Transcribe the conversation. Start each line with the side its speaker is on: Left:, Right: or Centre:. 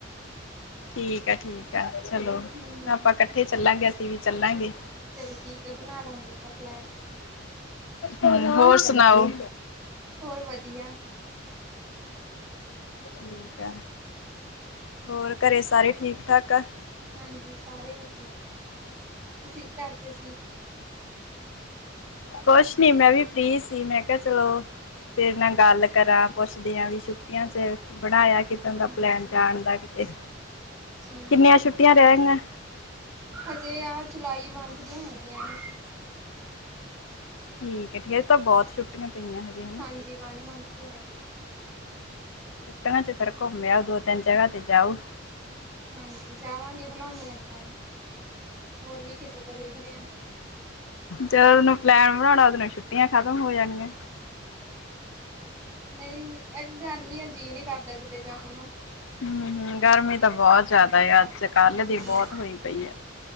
Left: ਠੀਕ ਆ, ਠੀਕ ਆ, ਚਲੋ
Right: ਹਮ
Left: ਆਪਾਂ ਇਕੱਠੇ ਚੱਲਾਂਗੇ ਅਸੀਂ ਵੀ ਚੱਲਾਂਗੇ।
Right: ਚਲੋ ਠੀਕ ਹੈ ਬਣਾ ਲਾਂਗੇ ਆਪਾਂ ਪਲੈਨ।
Left: ਹਮ ਹੋਰ ਸੁਣਾਓ?
Right: ਹੋਰ ਵਧੀਆ।
Left: ਠੀਕ ਆ, ਹੋਰ ਘਰੇ ਸਾਰੇ ਠੀਕ ਠਾਕ ਆ?
Right: ਹਾਂਜੀ, ਸਾਰੇ ਵਧੀਆ ਤੁਸੀਂ ਕੀ ਕਰਦੇ ਸੀ?
Left: ਕੁਛ ਨੀ, ਮੈਂ ਵੀ ਫਰੀ ਸੀ ਮੈਂ ਕਿਹਾ ਚਲੋ। ਤੇਰੇ ਨਾਲ ਗੱਲ ਕਰਾਂ ਪੁੱਛਦੀਆਂ ਵੀ ਛੁੱਟੀਆਂ ਚ ਬਣਾਇਆ ਕੀ। ਕਿਦਣ ਦਾ
Right: ਹਾਂਜੀ
Left: ਪਲੈਨ ਜਾਣ ਦਾ ਕਿਤੇ
Right: ਠੀਕ
Left: ਕਿੰਨੀਆਂ
Right: ਹੈ
Left: ਛੁੱਟੀਆਂ ਰਹਿ ਗਈਆ?
Right: ਹਜੇ ਆ ਜੁਲਾਈ ਮੰਥ ਦੀਆਂ ਹੈਗੀਆਂ ਨੇ਼।
Left: ਠੀਕ ਆ ਫਿਰ ਤਾਂ ਬਹੁਤ ਛੁੱਟ ਪਈਆਂ ਹਜੇ। ਹਨਾ
Right: ਹਾਂਜੀ ਵਨ ਮੰਥ ਦੀਆਂ ਸੀ।
Left: ਛੁੱਟੀਆਂ ਚ ਫੇਰ ਘੁੰਮ ਆਉ ਦੋ ਤਿੰਨ ਜਗ੍ਹਾ ਤੇ ਜਾਊ।
Right: ਹਾਂਜੀ ਜਾਵਾਂਗੇ, ਬਣਾਉਂਦੇ ਹਾਂ ਪਲੈਨ। ਹੋਰ ਵੀ ਕਿਤੇੋਂ ਦਾ ਦੇਖਦੇ ਹਾਂ।
Left: ਜਦੋ ਨੂੰ ਪਲੈਨ ਬਣਾਉਣਾ ਓਦੋਂ ਨੂੰ ਛੁੱਟੀਆਂ ਖਤਮ ਹੋ ਜਾਣੀਆਂ।
Right: ਨਹੀਂ ਇੱਕ ਗਰਮੀ ਆ ਜੀਅ ਨਹੀਂ ਕਰਦਾ ਕਿਤੇ ਜਾਣ ਨੂੰ।
Left: ਹਮ ਹਮ ਗਰਮੀ ਤਾਂ ਬਹੁਤ ਜ਼ਿਆਦਾ ਆ ਅੱਜ ਕੱਲ
Right: ਹਾਂਜੀ
Left: ਦੀ ਬਹੁਤ ਹੋਈ ਪਈ ਆ।